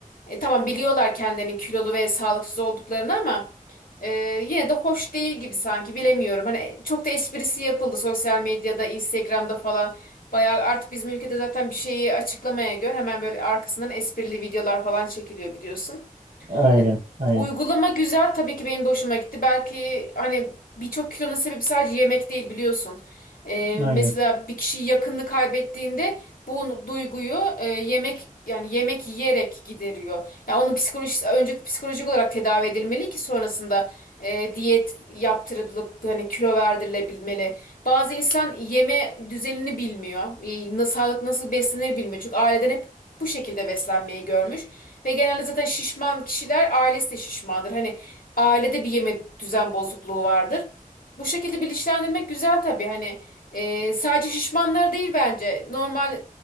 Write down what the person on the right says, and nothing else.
Aynen,
aynen,
aynen.